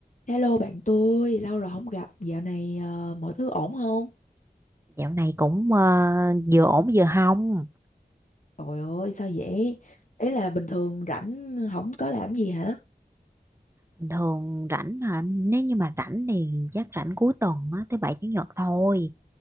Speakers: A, on the left; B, on the right.
A: Hello bạn tôi, lâu rồi không gặp, dạo này ờ, mọi thứ ổn không?
B: Dạo này cũng ờ, vừa ổn vừa hông
A: Trời ơi, sao vậy? Ý là bình thường rảnh không có làm gì hả?
B: Bình thường rảnh hả Nếu như mà rảnh thì chắc rảnh cuối tuần á, Thứ bảy chủ nhật thôi